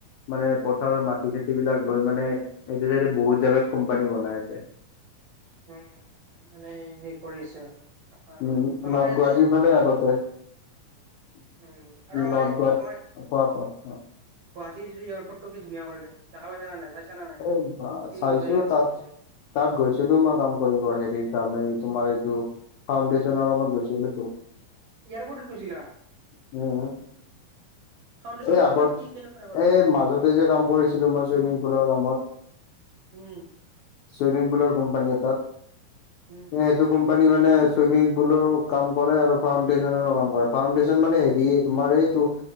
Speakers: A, on the left; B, on the right.
A: মানে পথাৰৰ মাটি চাতি বিলাক লৈ মানে এইটো চাইডে বহুত জাগাত কোম্পানী বনাই আছে।
B: উম মানে সেই সে কৰি আছে আৰু
A: উম,
B: আমাৰ
A: নৰ্থ
B: ইয়াতে।
A: গুৱাহাটীৰ ফালে আগতে <unintelligible>
B: উম আৰু আমাৰ এই অসমৰ গুৱাহাটী যিতো এয়াৰপৰ্টো কি ধুনীয়া কৰিলে দেখা পাই চা না নাই। না নাই
A: এ বা
B: কি
A: চাইছোও
B: মজা এয়াৰপৰ্ট
A: তাত।
B: কৰিছে
A: তাত গৈছিলো মই কাম কৰিব হেৰি কাম তোমাৰ এইটো। ফাউণ্ডেশচন হামত গৈছিলো ত।
B: এয়াৰপৰ্টত গৈছিলা।
A: উম
B: ফাউণ্ডেশনৰ
A: এই
B: কাম
A: আগত
B: মানে কি কেনেকুৱা টাইপৰ
A: এই
B: কাম।
A: মাজতে যে কাম কৰিছিলো মই চুইমিং পুলৰ কামত।
B: উম।
A: চুইমিং পুলৰ কোম্পানী এটাত
B: উম
A: সেইটো কোম্প। পানী মানে চুইমিং পুলৰ কাম কৰে আৰু ফাউণ্ডেছনৰ কাম কৰে ফাউণ্ডেছনৰ মানে হেৰি তোমাৰ এইটো।